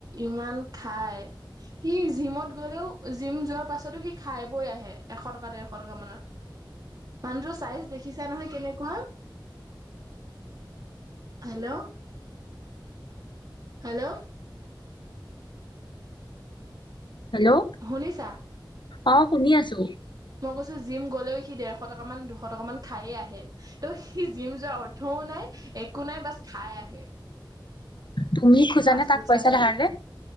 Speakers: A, on the right; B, on the left.
A: ইমান খায়, সি জিমত গলেও জিম যোৱাৰ পাছতো সি খাই বই আহে এশ টকা দেৰশ টকা মানৰ। মানুহটোৰ চাইজ দেখিছা নহয় কেনেকুৱা। হেল্ল'? হেল্ল'?
B: হেল্ল'
A: শুনিছা?
B: অ', শুনি আছো।
A: মই কৈছো জিম গ'লেও সি দেৰশ টকা মান দুশ টকা মান খাই আহে। ত' সি জিম যোৱাৰ অৰ্থও নাই একো নাই বছ খাই আহে।
B: তুমি খোজানে
A: ফাষ্ট
B: তাক
A: ফুড চাষ্ট
B: পইচা
A: ফুড
B: ধাৰলে?